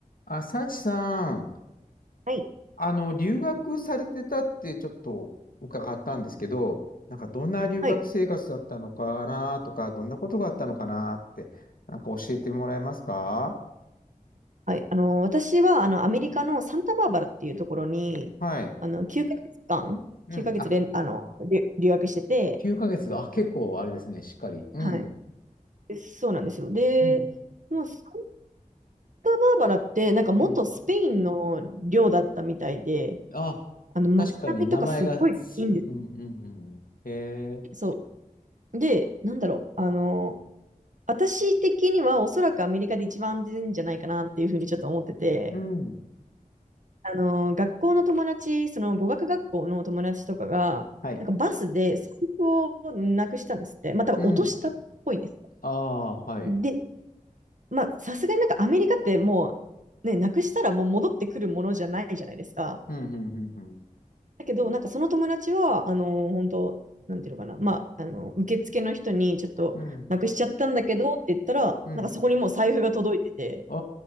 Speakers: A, on the left; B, on the right.
A: あ、幸さん、
B: はい。
A: あの、留学されてたってちょっと伺ったんですけど、なんかどんな留学生活だったのかなとか、
B: はい。
A: どんなことがあったのかなって、なんか教えてもらえますか
B: はい。あの、私は、あの、アメリカのサンタバーバラっていうところに、
A: うん。はい。
B: あの、9ヶ月間、
A: うん。
B: 9ヶ月連、
A: あ、
B: あの、留留学してて、
A: 9ヶ月が、あ、結構あれですね、しっかり。うん。
B: はい。でそうなんですよ。で、
A: うん。
B: もうサンタバーバラって、なんか元スペインの領だったみたいで、
A: うん。あ、
B: あの、街並みとかすごいいいんです。
A: 確かに名前が、すうんうんうんうん。へえ。
B: そう。で、なんだろう、あの、私的にはおそらくアメリカで一番安全じゃないかなっていうふうにちょっと思ってて、
A: うん。
B: あの、学校の友達、その語学学校の友達とかが、
A: はい。
B: なんかバスで財布をなくしたんですって。まあ、多分落としたっぽいんです。
A: うん。ああ、はい。
B: で、まあ、さすがになんかアメリカってもう、ね、なくしたらもう戻ってくるものじゃないじゃないですか。
A: うん、うん、うん、うん。
B: だけど、なんかその友達は、あの、本当なんていうのかな、まあ、あの、受付の人にちょっとなくしちゃったんだけどって言ったら、
A: うん。うん
B: なんかそこにもう財布が届いてて、
A: あ